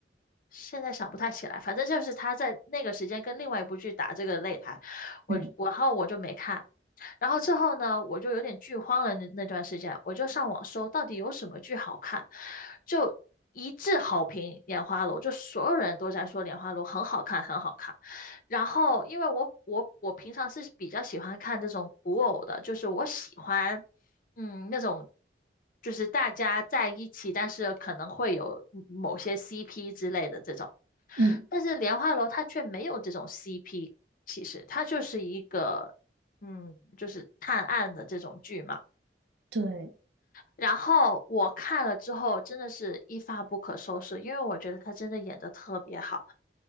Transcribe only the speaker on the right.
嗯
嗯，
对。